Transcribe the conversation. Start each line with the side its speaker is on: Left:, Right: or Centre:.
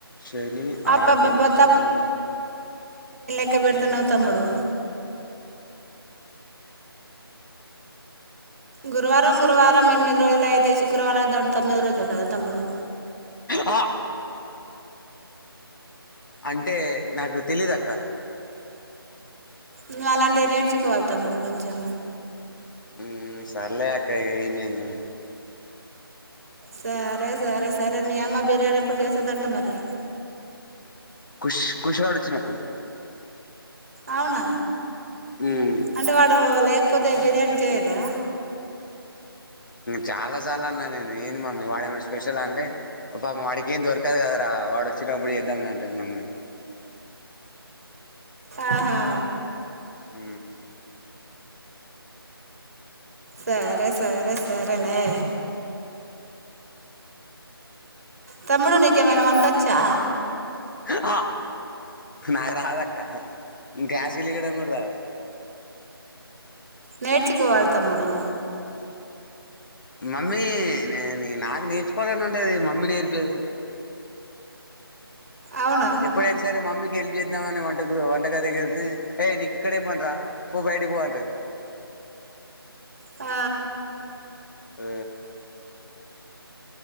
Left: శని
Right: అబ్బబ్బబ్బా
Left: ఆది సోమ
Right: ఎక్కడ బెడ్తనావ్ తమ్ముడు గురువారం గురువారం ఎనిమిది రోజులు అయితే శుక్రవారంతో తొమ్మిది రోజులు కదా తమ్ముడు
Left: ఆ అంటే నాకు తెలీదక్క
Right: నువ్వు అలాంటివి నేర్చుకోవాలి తమ్ముడు కొంచెం
Left: ఊ సర్లే అక్క ఇగా ఏం జెద్ధం
Right: సరే సరే సరే మీ అమ్మ బిర్యానీ ఏప్పుడు చేస్తదంట మరి
Left: కుష్ కుషిగాడు వచ్చినప్పుడు
Right: అవునా
Left: ఉమ్
Right: అంటే వాడు లేక్ ఇప్పతే బిర్యాణి చేయదా
Left: చాలా సార్లు అన్నా నేను ఏ మమ్మీ వాడేమనా స్పెషల్ అంటే పాపం వాడికి ఏం దొరకదు కదరా వాడు వచ్చినప్పుడు తమ్ముని అంటది మమ్మీ
Right: ఆహా
Left: ఊ
Right: సరే సరే సరేలే తమ్ముడు నీకేమన్నా వంటచ్చా
Left: ఊ ఆ నాకు రాదక్క గ్యాస్ ఇలిగయడం కూడా రాదు
Right: నేర్చుకోవాలి తమ్ముడు
Left: మమ్మీ నే నాకు నేర్చుకోవాలని ఉంటేది మమ్మీ నేర్పేది
Right: అవునా
Left: ఎప్పుడునా సే మమ్కి వెళ్లి చేద్దామని వంటకు వంటగదికి వెళ్తే, ఏయ్ నీకు ఇక్కడేం పన రా పో బయట పోంటది
Right: ఆ
Left: ఆ